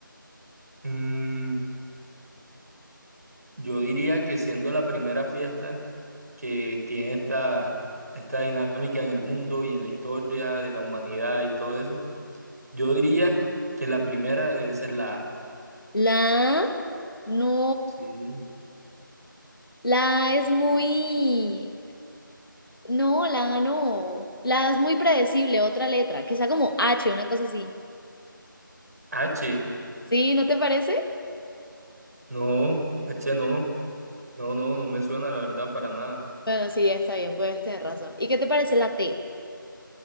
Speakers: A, on the right (about 50°); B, on the left (about 85°).
A: Mm, yo diría que siendo la primera fiesta que tiene esta, esta dinámica en el mundo y en la historia de la humanidad y todo eso, yo diría que la primera debe ser la A.
B: La A? no,
A: Sí.
B: la A es muy, no, la A no, la A es muy predecible, otra letra, que sea como H, una cosa así.
A: H,
B: ¿Sí? ¿No te parece?
A: no, H no, no, no, no me suena la verdad para nada.
B: Bueno, sí, está bien, puedes tener razón. ¿Y qué te parece la T?